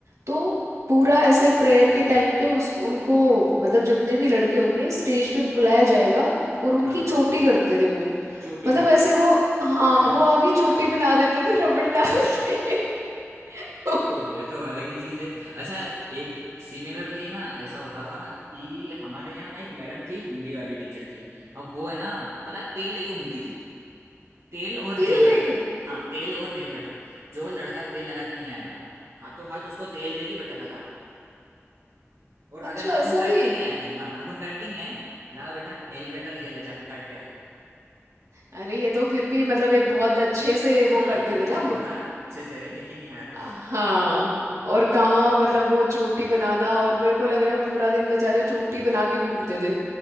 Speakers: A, on the right; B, on the right.
A: तो पूरा ऐसे प्रेयर के टाइम पे उस उनको मतलब जितने भी लड़के होंगे स्टेज पे बुलाया जाएगा और उनकी
B: हाँ
A: चोटी करते थे वो
B: चोटी
A: मतलब
B: करते
A: ऐसे
B: थे
A: वो हाँ
B: यार
A: वो आगे चोटी बना देते थे रबड़ डाल के <laughs> तो
B: ये तो अलग ही चीज है अच्छा एक सिमिलरली है ना ऐसा होता था कि हमारे यहाँ एक मैडम थी हिंदी वाली टीचर थी अब वो है ना पता है, तेल लेके घूमती थी तेल और
A: तीर
B: नेल कटर
A: लेके
B: हाँ तेल और नेल कटर जो लड़का तेल लगा के नहीं आएगा हाथों हाथ उसको तेल देगी बेटा लगा और अगर
A: अच्छा
B: नाखून
A: ऐसा
B: काट
A: भी
B: के नहीं आए तुम हाँ नाखून काट के नहीं आए ला बेटा नेल कटर ये ले जा काट के आ
A: अरे ये तो फिर भी मतलब एक बहुत अच्छे से
B: हाँ
A: वो करते
B: ये
A: थे ना म-
B: थोड़ा अच्छे से है लेकिन यार
A: हाँ और कहाँ मतलब वो चोटी बनाना और मेरे को लग रहा है वो पूरा दिन बेचारे चोटी बना के घूमते थे